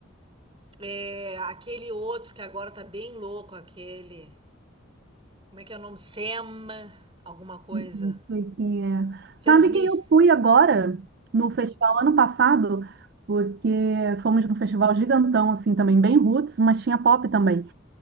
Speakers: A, on the right; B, on the right.
A: é, aquele outro que agora tá bem louco, aquele. Como é que é o nome? Sam, alguma coisa.
B: Não sei quem é.
A: Sam
B: Sabe
A: Smith.
B: quem eu fui agora no festival ano passado? Porque fomos num festival gigantão, assim, também bem roots, mas tinha pop também.